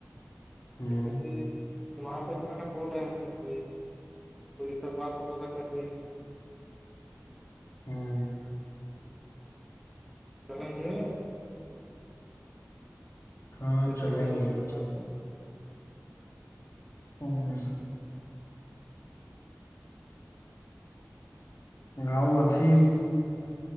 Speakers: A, on the left; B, in the centre.
A: ہوں
B: اے وہاں پہ ہم نے بولے ہیں کو ای سا بات ہوا تو کہیے
A: ہوں
B: چلیں گے
A: ہاں چلیں
B: جےضرورت
A: گے
B: ت س کو
A: ہ ہ آؤ اتھی